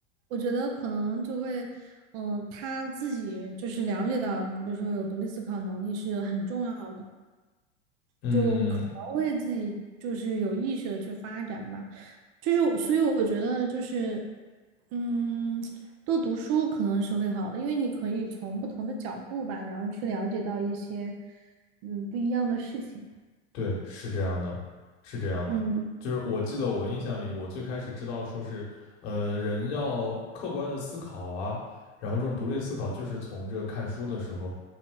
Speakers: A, on the right (about 40°); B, on the left (about 60°).
A: 我觉得可能就会，嗯，他自己就是了解到，比如说有独立思考能力是很重要的。
B: 嗯，
A: 就可能会自己就是有意识的去发展吧。就是我，所以我觉得就是，嗯，多读书可能是会好的，因为你可以从不同的角度吧，然后去了解到一些嗯不一样的事情。
B: 对，是这样的，是这样的。
A: 嗯。
B: 就是我记得我印象里，我最开始知道说是，呃，人要客观的思考啊，然后这种独立思考就是从这个看书的时候。